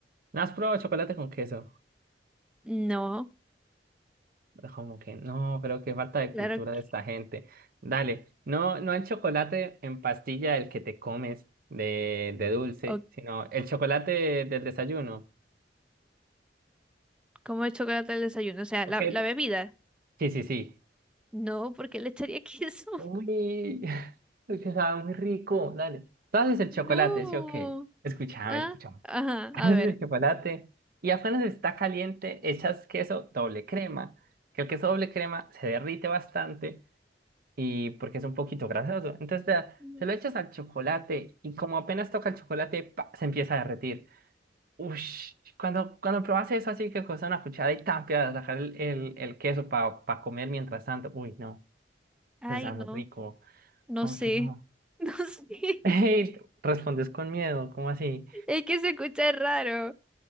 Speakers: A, on the right; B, in the centre.
A: ¿No has probado chocolate con queso?
B: No,
A: Como que no, pero qué falta de
B: claro
A: cultura
B: que.
A: de esta gente. Dale, no, no el chocolate en pastilla el que te comes de, de dulce,
B: O
A: sino el chocolate del desayuno.
B: como el chocolate al desayuno, o sea,
A: Ok,
B: la, la bebida.
A: sí, sí, sí.
B: No, porque le echaría queso. <laughs>
A: Uy, <laughs> es que sabe muy rico, dale. Tú haces el
B: No.
A: chocolate, sí, ok. Escúchame,
B: Ah,
A: escúchame.
B: ajá,
A: <laughs> Haces
B: a ver.
A: el chocolate y apenas está caliente, echas queso doble crema, que el queso doble crema se derrite bastante. y porque es un poquito grasoso. Entonces te,
B: Mm,
A: te lo echas al chocolate y como apenas toca el chocolate, pa, se empieza a derretir. Ush, cuando, cuando probas eso así que coges una cuchara y tapias, dejar el, el, el queso para comer mientras tanto. Uy, no,
B: Ay,
A: o sea,
B: no,
A: muy rico.
B: no
A: ¿Cómo
B: sé.
A: que no?
B: <laughs> No sé.
A: <laughs> Ey, respondes con miedo, ¿cómo así?
B: Es que se escucha raro.